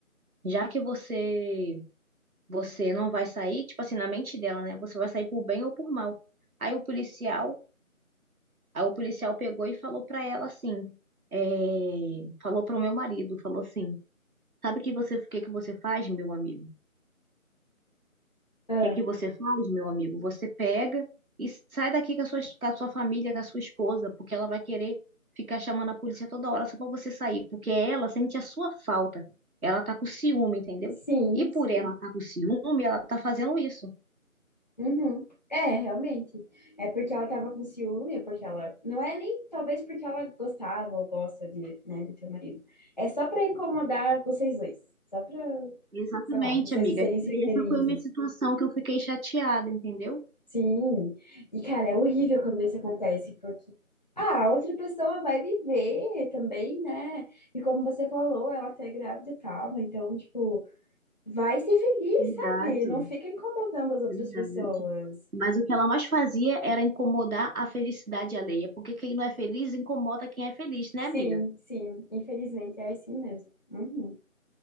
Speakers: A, on the right; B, on the left.
A: já que você você não vai sair, tipo assim, na mente dela, né? Você vai sair por bem ou por mal. Aí o policial, aí o policial pegou e falou para ela assim, é, falou para o meu marido, falou assim, sabe que você, o que que você faz, meu amigo?
B: Ah,
A: O que que você faz, meu amigo? Você pega e sai daqui com a sua, com a sua família, com a sua esposa, porque ela vai querer ficar chamando a polícia toda hora só para você sair, porque ela sente a sua falta. Ela tá com ciúme, entendeu?
B: sim,
A: E por
B: sim.
A: ela tá com ciúme, ela tá fazendo isso.
B: Uhum. É, realmente. É porque ela tava com ciúme, porque ela. Não é nem talvez porque ela gostava ou gosta de, né, do teu marido. É só pra incomodar vocês dois. Só pra,
A: Exatamente,
B: sei lá, vocês
A: amiga.
B: não serem se-
A: E
B: felizes.
A: essa foi a minha situação que eu fiquei chateada, entendeu?
B: Sim, e cara, é horrível quando isso acontece, porque ah, a outra pessoa vai viver também, né? E como você falou, ela tá grávida e tal, né? então, tipo, vai ser feliz,
A: Verdade,
B: sabe? Não fica incomodando as outras
A: verdade.
B: pessoas.
A: Mas o que ela mais fazia era incomodar a felicidade alheia, porque quem não é feliz incomoda quem é feliz, né,
B: Sim,
A: amiga?
B: sim, infelizmente é assim mesmo. Uhum.